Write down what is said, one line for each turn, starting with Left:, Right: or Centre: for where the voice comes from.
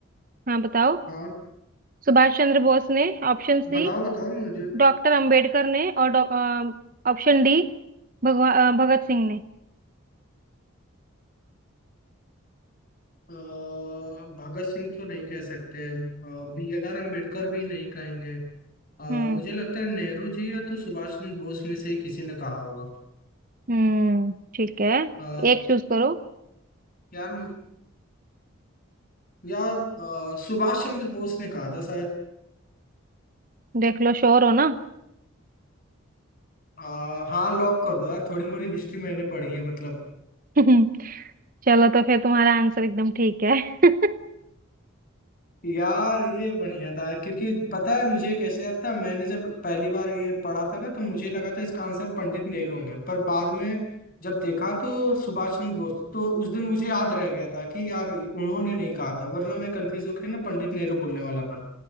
Right: हाँ बताओ
Left: हाँ
Right: सुभाष चंद्र बोस ने ऑप्शन सी
Left: बताओ बताओ मुझे
Right: डॉक्टर अंबेडकर ने और डॉ- अ, ऑप्शन डी भगवा अ, भगत सिंह ने
Left: अ, भगत सिंह तो नहीं कह सकते बी आर अम्बेडकर भी नहीं कहेंगे अ,
Right: हम्म
Left: मुझे लगता है नेहरू जी या तो सुभाष चंद्र बोस में से ही किसी ने कहा होगा
Right: हम्म ठीक है
Left: अ,
Right: एक चूज करो
Left: यार यार अ, सुभाष चंद्र बोस ने कहा था शायद
Right: देख लो श्योर हो ना
Left: अ, हाँ लॉक कर दो यार थोड़ी मोड़ी हिस्ट्री मैंने पढ़ी है मतलब
Right: <laughs> चलो तो फिर तुम्हारा आंसर एकदम ठीक है <laughs>
Left: यार ये बढ़िया था क्योंकि पता है मुझे कैसे याद था मैंने जब पहली बार ये पढ़ा था ना तो मुझे लगा था इसका आंसर पंडित नेहरू होंगे पर बाद में जब देखा तो सुभाष चंद्र बोस थे। तो उस दिन मुझे याद रह गया था कि यार उन्होंने नहीं कहा था वरना मैं कंफ्यूज होकर ना पंडित नेहरू बोलने वाला था